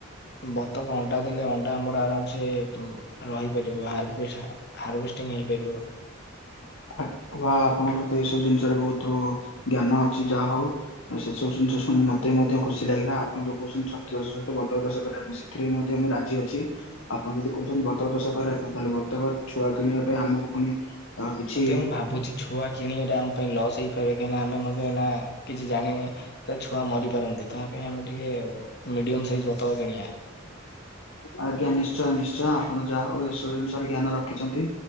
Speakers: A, on the left; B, on the left.
A: ବତକ ଅଣ୍ଡା ଦେଲେ ଅ ଅଣ୍ଡା ଆମର ଆରାମ ସେ ଉଁ ରହିପାରିବ ହାଭଷ୍ ହାର୍ଭେଷ୍ଟିଙ୍ଗ୍ ହେଇପାରିବ।
B: <unintelligible> ବା ଆପଣଙ୍କର ତ ଏଇ ସବୁ ଜିନିଷରେ ବହୁତ ଜ୍ଞାନ ଅଛି ଯାହା ହଉ। ଆଉ ସେ ସବୁ ଜିନିଷ ଶୁଣିି ମତେ <unintelligible> ମଧ୍ୟ ଖୁସି ଲାଗିଲା ଆପଣ ଯୋଉ କହୁଛନ୍ତି <unintelligible> ସହିତ ବତକ ଚାଷ କରିବା ପାଇଁ ସେଥିରେ ବି ମଧ୍ୟ ମୁଁ ରାଜି ଅଛି।
A: <inaudible>
B: ଆପଣ ଯଦି କହୁଛନ୍ତି ବତକ ଚାଷ କରିବା ପାଇଁ ତାହେଲେ ବତକ ଛୁଆ କିଣିବା ପାଇଁ ଆମକୁ ପୁଣି ଆ କିଛି
A: <unintelligible> ମୁଁ ଭାବୁଛି ଛୁଆ କିଣିବାଟା ଆମ ପାଇଁ ଲସ୍ ହେଇପାରେ କାହିଁକିନା ଆମେ ମଧ୍ୟେ ଏଇନା କିଛି ଜାଣିନେହିଁ। ତା ଛୁଆ ମରି ପାରନ୍ତି ତା ପାଇଁ ଆମେ ଟିକେ ମିଡିୟମ୍ ସାଇଜି ବତକ କିଣିବା।
B: ଆଜ୍ଞା ନିଶ୍ଚୟ ନିଶ୍ଚୟ ଆପଣ ଯାହା ହଉ ଏସବୁ ଜିନିଷ ରେ ଜ୍ଞାନ ରଖ ରଖିଛନ୍ତି